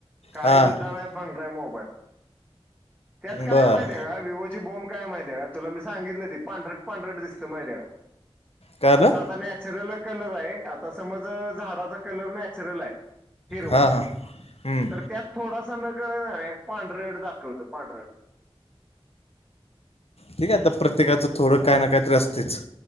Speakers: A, on the right (about 15°); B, on the left (about 80°).
A: काही
B: हां
A: सुद्धा नाही भंगयरा मोबाईल त्यात काय
B: बरं
A: माहीती आहे का वि त्याची बोम काय माहितीे का तुला मी सांगितलं ती पांढरट पांढरट दिसं माहीते का?
B: काय आलं
A: असा आता नॅचरल कलर आहे आता समज झाडाचा कलर नॅचरल आहे. हिरवा
B: हां हां हम्म.
A: तर त्यात थोडासा नकळत पांढरट दाखवत पांढरट.
B: ठीक आहे आता प्रत्येकाचं थोडं काय ना काय तरी असतेच.